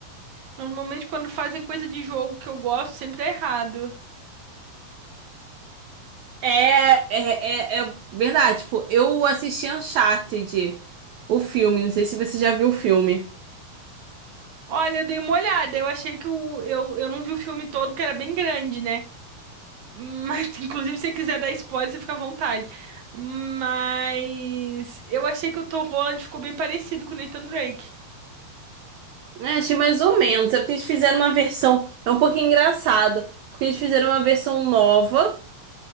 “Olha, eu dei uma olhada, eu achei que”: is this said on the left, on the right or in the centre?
Right